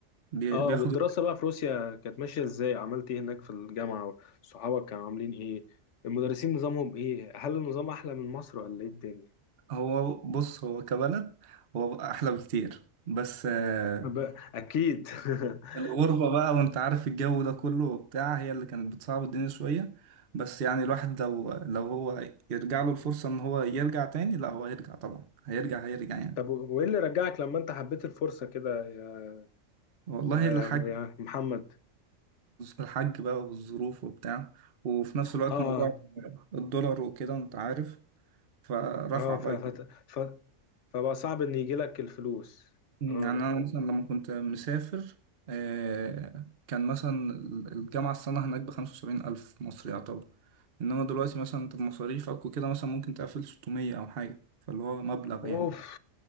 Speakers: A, on the right (about 50°); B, on the left (about 65°).
A: بي-
B: اه
A: بياخد
B: والدراسه بقى في روسيا كانت ماشيه ازاي عملت ايه هناك في الجامعه صحابك كانوا عاملين ايه المدرسين نظامهم ايه هل النظام احلى من مصر ولا ايه الدنيا
A: هو بص هو كبلد هو احلى بكتير بس آه،
B: ب- اكيد <laughs>
A: الغربة بقى وانت عارف الجو ده كله وبتاع هي اللي كانت بتصعب الدنيا شوية بس يعني الواحد لو لو هو يرجع له الفرصة ان هو يرجع تاني لا هو هيرجع طبعا هيرجع هيرجع يعني
B: طب وايه اللي رجعك لما انت حبيت الفرصة كده يا
A: والله
B: يا
A: الحاج
B: يا يا محمد
A: الحاج بقى والظروف وبتاع وفي نفس الوقت
B: اه
A: موضوع الدولار وكده انت عارف فرفع
B: اه
A: بقى
B: ف ف ف فبقى صعب ان يجي لك الفلوس
A: يعني
B: اه
A: أنا مثلا لما كنت مسافر آه، كان مثلا الجامعة السنة هناك بخمسة وسبعين ألف مصري يعتبر إنما دلوقتي مثلا أنت بمصاريفك وكده مثلا ممكن تقفل ستمية أو حاجة فاللي هو مبلغ
B: اوف
A: يعني